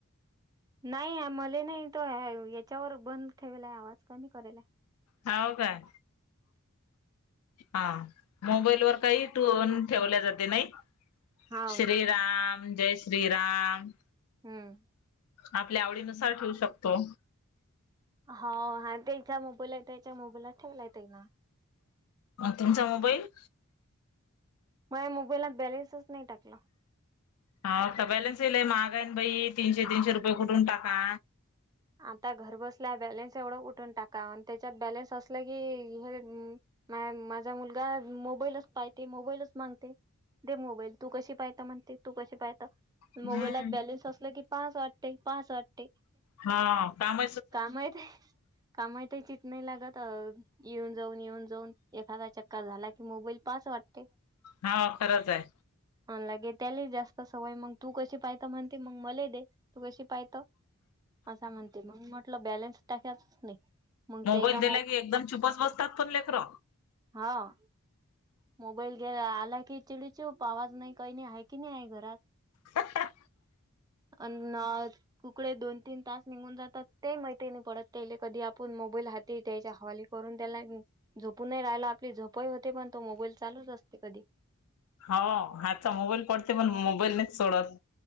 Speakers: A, on the right (about 15°); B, on the left (about 80°).
A: नाहीं मले नाहीं तो यांच्यावर बंद ठेवालांय आवांज कमी करेल आहे.
B: होवं कां हां मोबाईल वरं कांहीं टुंन ठेवल्यां जाते नाहीं
A: हाव
B: श्रीराम जय श्रीराम.
A: हम्मं
B: आपल्या आवडीनुसांर ठेवुं शकतो.
A: हो हां त्यांच्या मोबाईल आहे त्यांच्या मोबाईलला ठेवला येतं नां
B: तुमचां मोबाईल
A: मायां मोबाईलात बॅलेन्सच नाहीं टाकला
B: हाता बॅलन्स येईलय महागा आहे बाई तीनशे तीनशे रुपये कुठून टाका
A: आता घर बसल्या बॅलेन्स एवढं कुठून टाका आणि त्याच्यात बॅलेन्स असलं की हे नाही माझा मुलगा मोबाईलच पाहते मोबाईलच मागते दे मोबाईल तू कशी पाहत म्हणते तू कशी पाहत मोबाईलात
B: हम्म
A: बॅलेन्स असलं की पाहावच वाटते पाहावच वाटते.
B: होव काम
A: का माहीती कामात चित नाही लागत येऊन जाऊन येऊन जाऊन एखादा चक्कर झाला की मोबाईल पाहावच वाटत. ते
B: होव खरंच आहे.
A: अन लगे त्याले जास्त सवय मग तू कशी पाहत म्हणते मग मला दे तू कशी पाहत. असं म्हणते मग म्हटलं बॅलन्स टाकायचाच नाही. मग
B: मोबाईल
A: त्याचा
B: दिला की एकदम चुपच बसतात पण लेकर.
A: हाव मोबाईल आला की चिडीचुप आवाज नाही काही नाही आहे की नाही आहे घरात.
B: हं हं
A: अन कुकडे दोन -तीन तास निघून जातात ते माहीती नाही पडत त्याले कधी आपण मोबाईल हाती त्यायच्या हवाले करून त्याला झोपून नाही राहिल आपली झोपही होते पण तो मोबाईल चालूच असते कधी
B: हो हातचा मोबाईल पडते पण मोबाईल नाही सोडत.